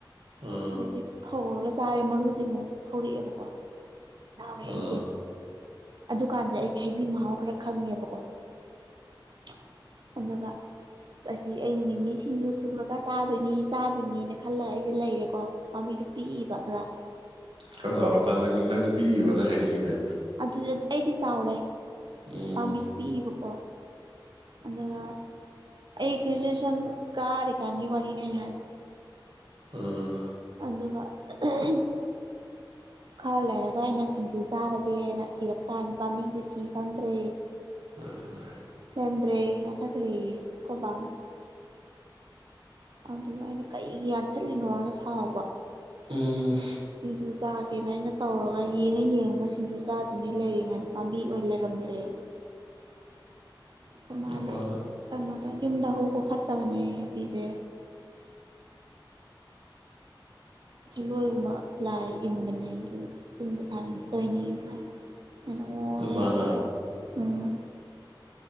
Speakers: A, on the right; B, on the right.
A: ꯑꯥ
B: ꯑꯗꯩꯗꯤ ꯐꯧꯔꯒ ꯆꯥꯔꯦ ꯃꯔꯨꯁꯦ ꯑꯃꯨꯛ ꯍꯧꯔꯛꯑꯦꯕꯀꯣ꯫ ꯍꯔꯥꯎꯔꯦ
A: ꯑꯥ
B: ꯑꯩꯁꯦ ꯑꯗꯨꯀꯥꯟꯗ ꯑꯩꯁꯦ ꯍꯩꯕꯤ ꯃꯍꯥꯎ ꯈꯔ ꯈꯪꯉꯦꯕꯀꯣ <unintelligible> ꯑꯗꯨꯒ ꯑꯁ ꯑꯁꯤ ꯑꯩꯅ ꯃꯤꯃꯤꯁꯤꯡꯁꯖꯨ ꯁꯨꯔꯛ ꯆꯥꯗꯣꯏꯅꯤ ꯆꯥꯗꯣꯏꯅꯤꯅ ꯈꯜꯂꯒ ꯑꯩꯁꯦ ꯂꯩꯔꯦꯀꯣ ꯄꯥꯝꯕꯤꯗꯨ ꯄꯤꯛꯏꯕ ꯈꯔ
A: ꯈꯔ ꯆꯥꯎꯔꯀꯥꯟꯗ ꯅꯪꯅ ꯅꯪꯁꯨ ꯄꯤꯛꯏꯕ ꯅꯪ ꯍꯥꯏꯅꯤꯡꯉꯤꯁꯦ
B: ꯑꯗꯨꯗꯤ ꯑꯩꯗꯤ ꯆꯥꯎꯔꯦ
A: ꯎꯝ
B: ꯄꯥꯝꯕꯤꯗꯤ ꯄꯤꯏꯕꯀꯣ ꯑꯗꯨꯒ ꯑꯩ ꯒ꯭ꯔꯦꯖꯨꯑꯦꯁꯟ ꯀꯥꯔꯤꯀꯥꯟꯒꯤ ꯋꯥꯔꯤꯅꯦ ꯑꯩꯅ ꯍꯥꯏꯁꯦ꯫
A: ꯑ
B: ꯑꯗꯨꯒ <unintelligible> ꯈꯔ ꯂꯩꯔꯒ ꯑꯩꯅ ꯁꯤꯡꯖꯨ ꯆꯥꯔ ꯒꯦꯅ ꯊꯤꯔꯛꯀꯥꯟꯗ ꯄꯥꯟꯕꯤꯁꯦ ꯊꯤ ꯈꯪꯗ꯭ꯔꯦ꯫
A: ꯐꯔꯦ-ꯐꯔꯦ
B: ꯂꯩꯔꯝꯗ꯭ꯔꯦ ꯌꯥꯟꯊꯈ꯭ꯔꯤꯌꯦ ꯑꯩꯈꯣꯏꯕꯥꯅ ꯑꯗꯨꯒ ꯑꯩꯅ ꯀꯔꯤꯒꯤ ꯌꯥꯟꯊꯠꯂꯤꯅꯣꯅ ꯁꯥꯎꯕ
A: ꯎꯝ꯫
B: ꯁꯤꯡꯖꯨ ꯆꯥꯒꯦꯅ ꯑꯩꯅ ꯇꯧꯔꯒ ꯌꯦꯡꯉ ꯌꯦꯡꯉꯒ ꯁꯤꯡꯖꯨ ꯆꯥꯗꯣꯏꯅꯦ ꯂꯩꯔꯤꯉꯩꯗ ꯄꯥꯝꯕꯤ ꯑꯣꯏꯅ ꯂꯩꯔꯝꯗ꯭ꯔꯦꯅ ꯑꯩꯈꯣꯏꯃꯥꯅ
A: ꯅꯄꯥꯅ
B: ꯀꯩꯅꯣ ꯇꯧꯏ ꯌꯨꯝꯗ ꯍꯧꯕ ꯐꯠꯇꯕꯅꯦ ꯍꯩꯕꯤꯁꯦ ꯍꯦꯂꯣꯏꯒꯨꯝꯕ ꯂꯥꯏ ꯏꯟꯕꯅꯦ ꯑꯗꯨꯒꯤ ꯌꯨꯝꯗ ꯊꯥꯅꯤꯡ ꯗꯇꯧꯏꯅꯦꯅ ꯍꯥꯏ꯫ ꯑꯩꯅ ꯑꯣ
A: ꯅꯣꯏ
B: ꯍꯥꯏꯔꯒ
A: ꯃꯥꯅ
B: <unintelligible> ꯎꯝ꯫